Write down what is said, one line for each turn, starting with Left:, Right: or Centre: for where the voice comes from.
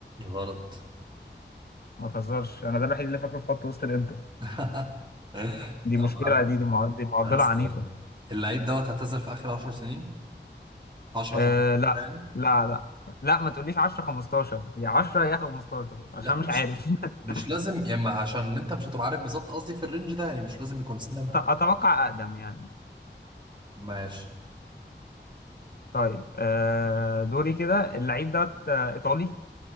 Right: غلط
Left: ما تهزرش انا ده الوحيد اللي فاكره في خط وسط الانتر
Right: <laughs>
Left: دي
Right: طب
Left: مشكله
Right: هات-
Left: دي دي مع- دي معضله
Right: هسأل
Left: عنيفه
Right: اللعيب دوت اعتزل في اخر 10 سنين 10
Left: آه
Right: 15
Left: لا
Right: يعني
Left: لا لا لا ما تقوليش 10 15 يا 10 يا 15 عشان
Right: لا مش
Left: مش عارف <laughs> أت-
Right: مش لازم يا اما عشان انت مش هتبقى عارف بالظبط قصدي في الرينج ده يعني مش لازم يكون سنة
Left: اتوقع اقدم يعني
Right: ماشي
Left: طيب آه دوري كده اللعيب دوت آه، ايطالي